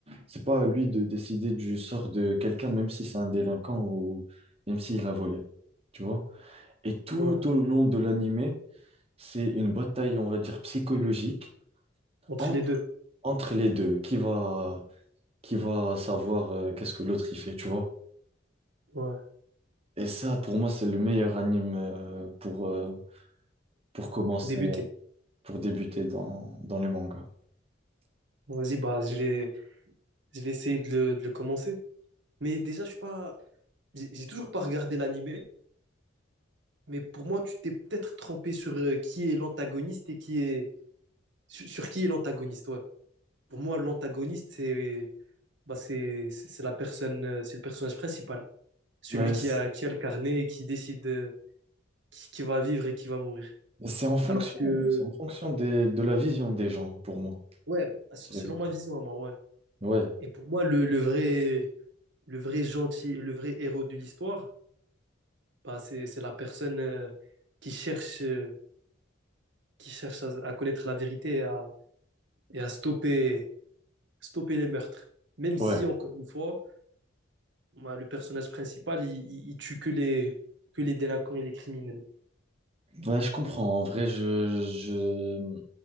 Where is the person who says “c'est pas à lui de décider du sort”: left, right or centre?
Right